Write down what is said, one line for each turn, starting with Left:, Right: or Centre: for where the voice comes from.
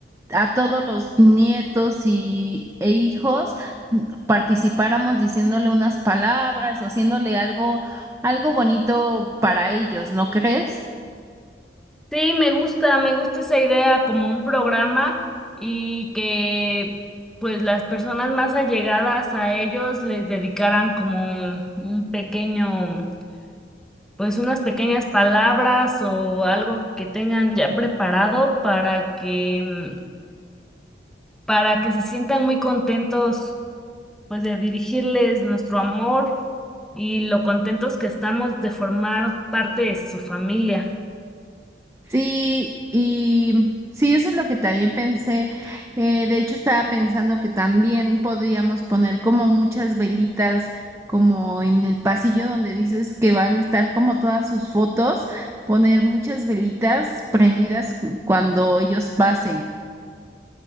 Right: a todos los nietos y, e hijos mm, participáramos diciéndole unas palabras o haciéndole algo, algo bonito para ellos, ¿no crees?
Centre: Sí, me gusta, me gusta esa idea como un programa y que pues las personas más allegadas a ellos les dedicaran como un, un pequeño, pues unas pequeñas palabras o algo que tengan ya preparado para que mm, para que se sientan muy contentos pues de dirigirles nuestro amor y lo contentos que estamos de formar parte de su familia.
Right: Sí, y sí, eso es lo que también pensé. Eh, de hecho, estaba pensando que también podíamos poner como muchas velitas, como en el pasillo donde dices que van a estar como todas sus fotos, poner muchas velitas prendidas cu- cuando ellos pasen.